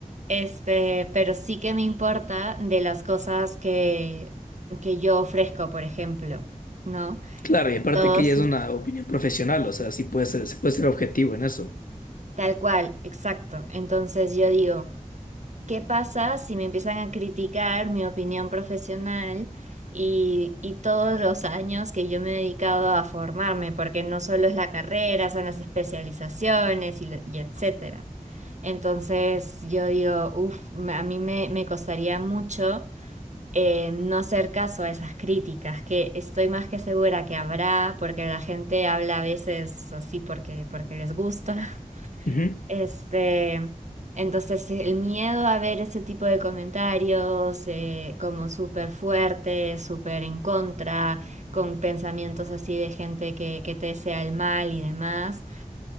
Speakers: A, on the right; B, on the left.
A: Este, pero sí que me importa de las cosas que, que yo ofrezco, por ejemplo, ¿no?
B: Claro, y aparte
A: Todos
B: que ya es una opinión profesional, o sea, sí puede ser, se puede ser objetivo en eso.
A: Tal cual, exacto. Entonces yo digo, ¿qué pasa si me empiezan a criticar mi opinión profesional y, y todos los años que yo me he dedicado a formarme? Porque no solo es la carrera, son las especializaciones y, lo- y etcétera. Entonces yo digo, uff, a mí me, me costaría mucho eh, no hacer caso a esas críticas, que estoy más que segura que habrá, porque la gente habla a veces así porque, porque les gusta.
B: Ujú,
A: Este, entonces el miedo a ver ese tipo de comentarios eh, como súper fuertes, súper en contra, con pensamientos así de gente que, que te desea el mal y demás,